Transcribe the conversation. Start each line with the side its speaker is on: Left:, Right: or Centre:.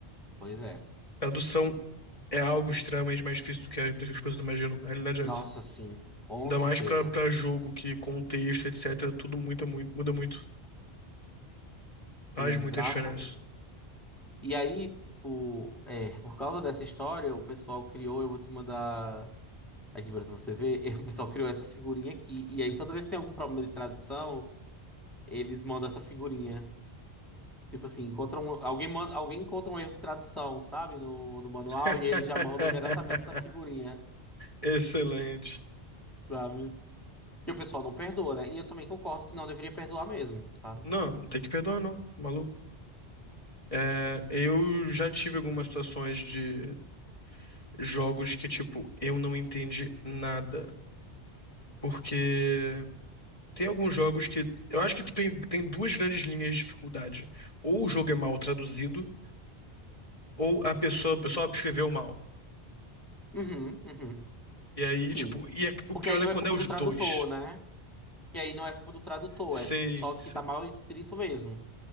Centre: Pois é.
Left: Tradução é algo extremamente mais difícil do que, a- do que as pessoas imaginam. A realidade é
Centre: Nossa,
Left: essa.
Centre: sim, com
Left: Ainda
Centre: certeza.
Left: mais pra pra jogo, que contexto, etc. Tudo muita, mui- muda muito. Faz
Centre: Exatamente.
Left: muita diferença.
Centre: E aí, tipo, é, <laughs> por causa dessa história, o pessoal criou, eu vou te mandar aqui para você ver, <laughs> o pessoal criou essa figurinha aqui. E aí, toda vez que tem algum problema de tradução, eles mandam essa figurinha. Tipo assim, encontram, um, alguém, manda, alguém encontra um erro de tradução, sabe? No, no manual,
Left: <laughs>
Centre: e eles já mandam imediatamente essa figurinha,
Left: Excelente.
Centre: sabe? Que o pessoal não perdoa, né? E eu também concordo que não deveria perdoar mesmo, sabe?
Left: Não, não tem que perdoar, não, maluco. É, eu já tive algumas situações de jogos que, tipo, eu não entendi nada. Porque tem alguns jogos que. Eu acho que tem, tem duas grandes linhas de dificuldade. Ou o jogo é mal traduzido, ou a pessoa, o pessoal escreveu mal.
Centre: Uhum, uhum.
Left: E aí,
Centre: Sim.
Left: tipo, e é- o
Centre: Porque
Left: pior
Centre: aí não
Left: é quando
Centre: é culpa
Left: é os
Centre: do tradutor,
Left: dois.
Centre: né? E aí não é culpa do tradutor,
Left: Sim,
Centre: é tipo só que
Left: sim,
Centre: tá mal escrito mesmo.